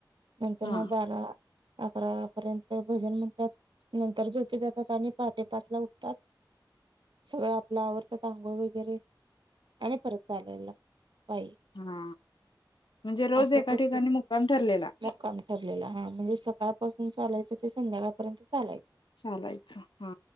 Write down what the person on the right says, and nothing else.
नंतर
मग बारा अकरा पर्यंत भजन म्हणतात. नंतर झोपी जातात आणि पहाटे पाचला उठतात. सगळं आपलं आवरतात आंघोळ वगैरे आणि परत चालायला पायी
असं
प्रत्येक
मुक्काम ठरलेला हा म्हणजे सकाळपासून चालायचं ते संध्याकाळपर्यंत चालायच.